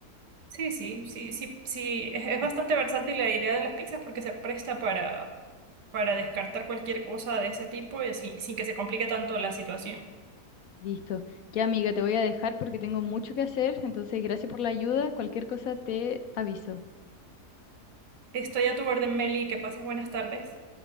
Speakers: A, on the right; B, on the left.
A: sí, sí, sí, sí, sí, Es,
B: Sí.
A: es bastante versátil la idea de las pizzas porque se presta para, para descartar cualquier cosa de ese tipo y así, sin que se complique tanto la situación.
B: Listo. Ya, amiga, te voy a dejar porque tengo mucho que hacer, entonces gracias por la ayuda. Cualquier cosa te aviso.
A: Estoy a tu orden, Meli, que pases buenas tardes.